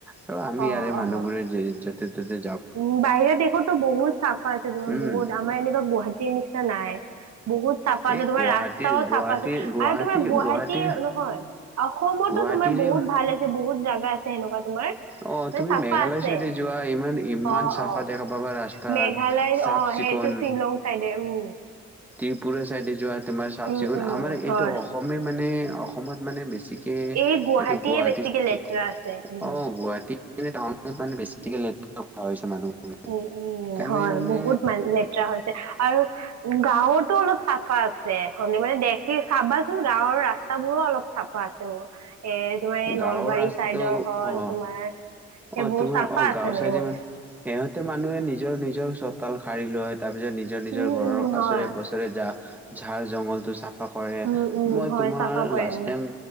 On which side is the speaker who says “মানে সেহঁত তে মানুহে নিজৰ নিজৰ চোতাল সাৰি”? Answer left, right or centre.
Centre